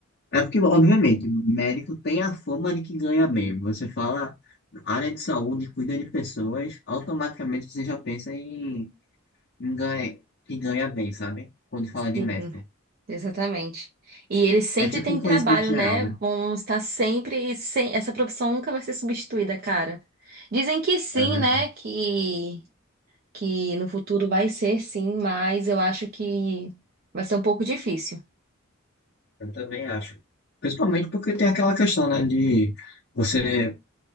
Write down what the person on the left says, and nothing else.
É porque, obviamente, médico tem a fama de que ganha bem. Você fala área de saúde, cuida de pessoas, automaticamente você já pensa em, em ganha, que ganha bem, sabe? Quando fala de
médico.
É tipo
um conhecimento
geral,
né?
É, né?
Eu também acho. Principalmente porque tem aquela questão, né, de você.